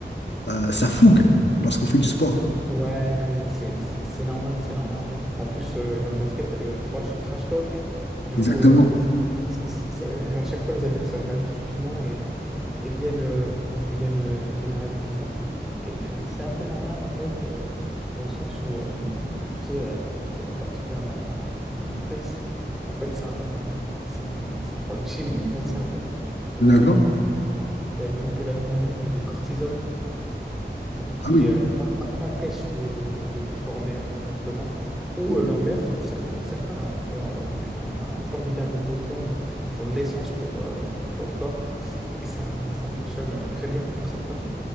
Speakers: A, on the left; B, in the centre.
A: euh, sa fougue lorsqu'on fait du sport?
B: ouais, c'est c'est- c'est normal, c'est normal. En plus, euh, dans le basket, il y a le trash, trash talk. Du
A: Exactement.
B: coup, euh, ça- ça- à chaque fois, les adversaires rajoutent du piment et, et viennent, euh, viennent, euh, viennent rajouter ça. Et puis, c'est un peu normal, en fait, euh, dans le sens où, euh, tu sais, euh, lorsqu'il y a un- du stress, en fait, c'est un, c'est un, c'est un problème <laughs> chimique dans le cerveau où
A: D'accord?
B: tu as une montée d'adrénaline et de cortisol. du coup, qui
A: Ah oui.
B: euh, parfois t'empêche de, de- de performer euh, correctement, ou euh, l'inverse pour certains. Certains en font euh, donc un, un formidable moteur, font de l'essence pour, euh, du coup, pour leur corps, et ça, ça fonctionne euh, très bien pour certains.